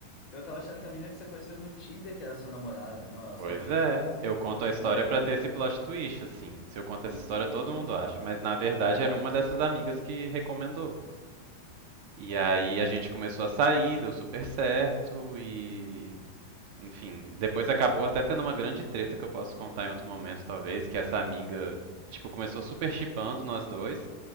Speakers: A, on the left (about 30°); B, on the right (about 45°).
A: Eu tava achando que a menina que você conheceu no Tinder que era sua namorada. Não, ela
B: Pois
A: só fez
B: é,
A: o
B: eu conto
A: o intermédio.
B: a história pra ter esse plot twist, assim. Se eu conto essa
A: Ah,
B: história, todo mundo acha. Mas na verdade era uma dessas amigas que recomendou. E aí
A: olha.
B: a gente começou a sair, deu super certo e. Enfim, depois acabou
A: então,
B: até tendo uma grande treta que eu posso contar em outro momento, talvez, que essa amiga, tipo, começou super chipando nós dois,